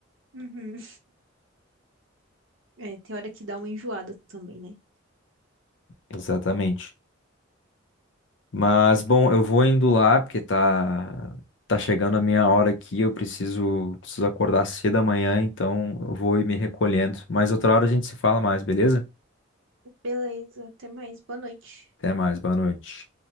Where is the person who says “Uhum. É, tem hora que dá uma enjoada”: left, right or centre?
Right